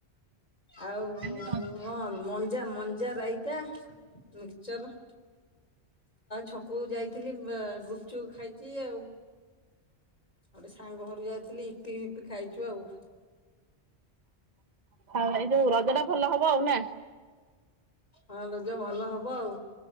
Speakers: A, on the left; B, on the right.
A: ଆଉ
B: କାଲି ର
A: ହଁ ମଞ୍ଜା ମଞ୍ଜା ରାଇତା, ମିକ୍ଚର ଛକକୁ ଯାଇଥିଲି ବା ଗୁପଚୁପ ଖାଇଛି ଆଉ। ଆଉ ଗୋଟେ ସାଙ୍ଗ ଘରୁ ଯାଇଥିଲି ଇପି ଫିପି ଖାଇଛୁ ଆଉ।
B: ଏଇ ଯୋଉ ରଜ ଟା ଭଲ ହବ ଆଉ ନା?
A: ହଁ ରଜ ଭଲ ହବ ଆଉ।